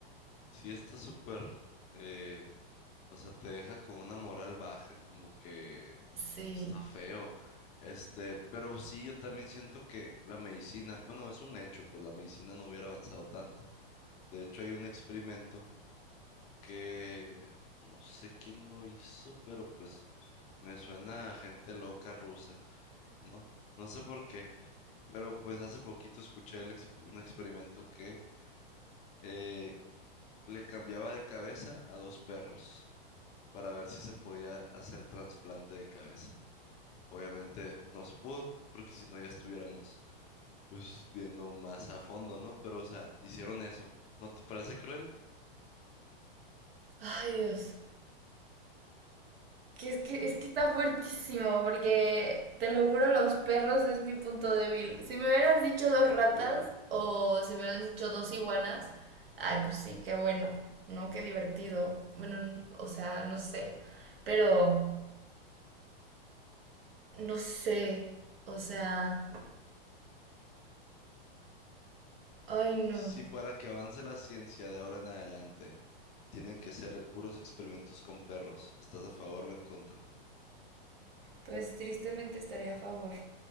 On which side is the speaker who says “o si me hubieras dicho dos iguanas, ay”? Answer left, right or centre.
Right